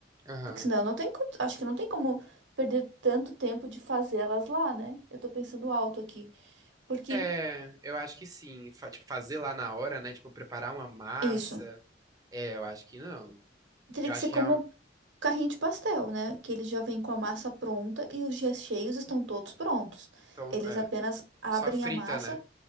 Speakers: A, on the right (about 20°); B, on the right (about 80°).
A: aham.
B: Porque senão não tem, co- acho que não tem como perder tanto tempo de fazer elas lá, né? Eu tô pensando alto aqui, porque
A: É, eu acho que sim. Fa- tipo, fazer lá na hora, né? Tipo, preparar uma massa.
B: isso
A: É, eu acho que não.
B: teria
A: Eu
B: que
A: acho
B: ser
A: que
B: como
A: é um,
B: carrinho de pastel, né? Que ele já vem com a massa pronta e os recheios estão todos prontos.
A: então,
B: Eles
A: é,
B: apenas abrem
A: só frita,
B: a massa,
A: né?